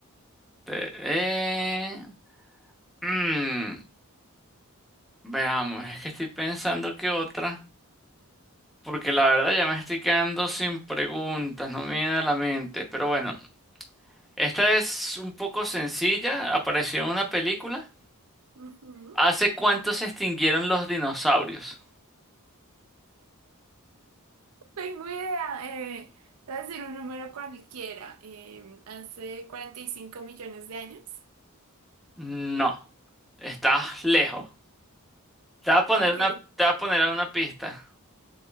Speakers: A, in the centre; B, on the right.
A: Te- eh, mm, veamos, es que estoy pensando que otra. Porque la verdad ya me estoy quedando sin preguntas, no me viene a la mente. Pero bueno, esta es un poco sencilla, apareció en una película.
B: Ujú.
A: ¿Hace cuánto se extinguieron los dinosaurios?
B: Tengo idea. Eh, te voy a decir un número cualquiera. Eh, hace 45 millones de años.
A: No, estás lejos. Te voy a poner
B: Ok,
A: una, te voy a poner una pista.